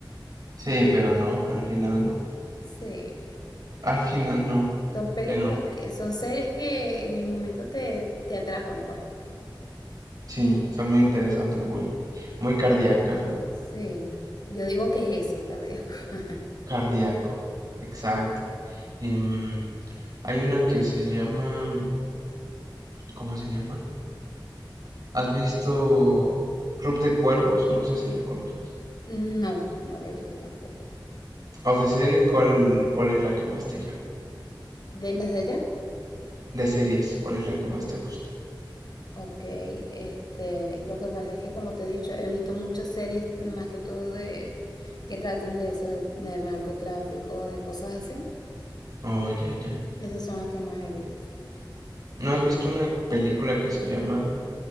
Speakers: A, on the right (about 50°); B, on the left (about 55°).
A: Sí, pero no, al final no.
B: Sí,
A: Al final no,
B: son películas
A: pero
B: que son series que en el momento te, te atrapan, pues.
A: sí, son muy interesantes, muy, muy cardíacas, ¿no?
B: Sí, yo digo que es eso, cardíaco. <laughs>
A: Cardíaco, exacto. Y, mm, hay una que se llama, mm, ¿cómo se llama? ¿Has visto Club de Cuervos? No sé si la conoces.
B: No, no lo he visto tampoco.
A: O de series, ¿cuál, cuál es la que más te llama?
B: ¿De las de allá?
A: De series, ¿cuál es la que más te gusta?
B: Ok, este, lo que pasa es que como te he dicho, he visto muchas series más que todo de que tratan de eso, de, del narcotráfico, de cosas así.
A: Oh, ya, ya.
B: Esas son las que más he visto.
A: ¿No has visto una película que se llama